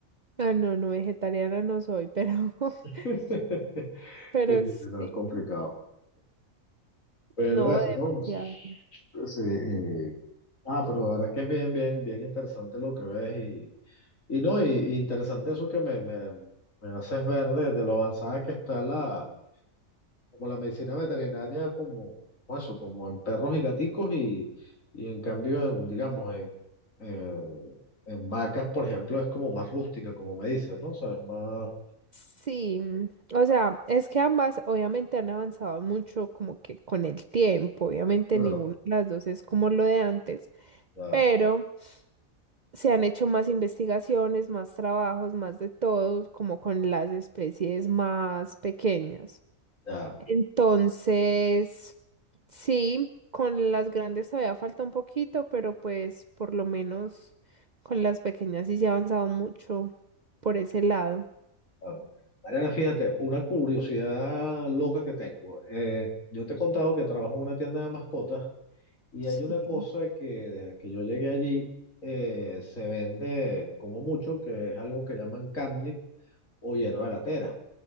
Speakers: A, on the right; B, on the left.
A: Ah, no, no, vegetariana no soy, pero, <laughs>
B: <laughs>
A: pero
B: sí, sí,
A: sí,
B: sí, no, es complicado. Pero
A: no
B: eso,
A: demasiado.
B: ¿no? Sí. sí, y- Ah, pero la verdad que es bien, bien, bien interesante lo que ves Y no, y, y interesante eso que me, me, me haces ver de, de lo avanzada que está la, como la medicina veterinaria, como, como eso, como en perros y gaticos, y, y en cambio, en, digamos, en, en, en vacas, por ejemplo, es como más rústica, como me dices, ¿no? O sea, es más,
A: Sí, mm, o sea, es que ambas obviamente han avanzado mucho como que con el tiempo, obviamente
B: claro,
A: ninguna de las dos es como lo de antes,
B: claro,
A: pero se han hecho más investigaciones, más trabajos, más de todo, como con las especies más pequeñas.
B: ya,
A: Entonces, sí, con las grandes todavía falta un poquito, pero pues por lo menos con las pequeñas sí se ha avanzado mucho por ese lado.
B: claro. Mariana, fíjate, una curiosidad loca que tengo. Eh, yo te he contado que trabajo en una tienda de mascotas Y
A: Sí.
B: hay una cosa que desde que yo llegué allí eh, se vende como mucho, que es algo que llaman camnit o hierba gatera.